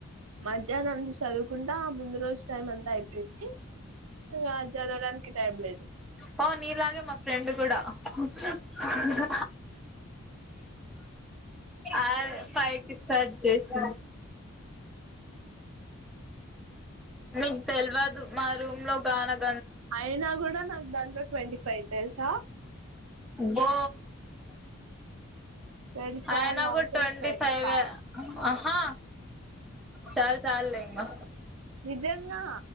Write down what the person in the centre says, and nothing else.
పో నీలాగే మా ఫ్రెండ్ కూడా హాహాహా అద్ ఫైకి స్టార్ట్ చేసిన్ మీక్ తెల్వదు మా రూమ్ లో గానక్
ఓ
ఆయనగుడ్
ట్వంటీ
ఫైవే
ఆహా చాల్ చాల్లే ఇంకా